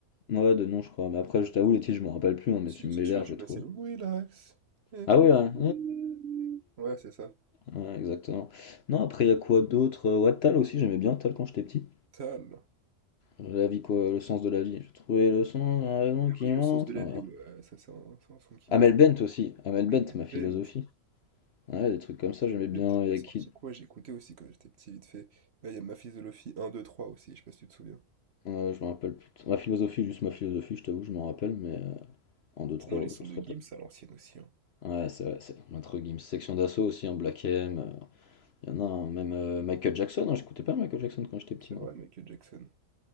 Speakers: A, on the left (about 55°); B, on the right (about 55°).
A: Ouais, de nom, je crois. Mais après, je t'avoue, les titres, je me rappelle plus, hein, mais
B: Si,
A: si tu me
B: c'est
A: mets
B: celui-là,
A: l'air,
B: tu
A: je vais
B: connais,
A: trouver.
B: c'est le Relax. Take
A: Ah ouais,
B: it
A: hein.
B: easy. Ouais, c'est ça.
A: Ouais, exactement. Non, après, il y a quoi d'autre? Euh, Ouais, Tal aussi, j'aimais bien Tal quand j'étais petit.
B: Tal.
A: La vie, quoi, le sens de la vie. J'ai trouvé le sens, la raison
B: Ah
A: qui
B: oui, Le
A: entre.
B: sens de la vie, ouais, ouais, ça c'est un, c'est un son qui
A: Amel
B: date.
A: Bent aussi, Amel
B: Ahmed
A: Bent, ma philosophie.
B: Bent,
A: Ouais, des trucs comme ça,
B: Ahmed
A: j'aimais bien.
B: Bent, elle
A: Il
B: avait
A: y a
B: sorti
A: qui
B: quoi? J'écoutais aussi quand j'étais petit, vite fait. Là, il y a Ma Philosophie un 2 3 aussi, je sais pas si tu te souviens.
A: euh, je me rappelle plus. Ma philosophie, juste ma philosophie, je t'avoue, je m'en rappelle, mais euh, en deux
B: Sinon,
A: trois,
B: les sons
A: je serais
B: de Gims
A: pas.
B: à l'ancienne aussi, hein.
A: Ouais, c'est vrai, c'est entre guillemets, Section d'assaut aussi, en Black M. euh, Il y en a un, même euh, Michael Jackson. hein, j'écoutais pas Michael Jackson quand j'étais petit,
B: C'est
A: moi.
B: vrai, Michael Jackson.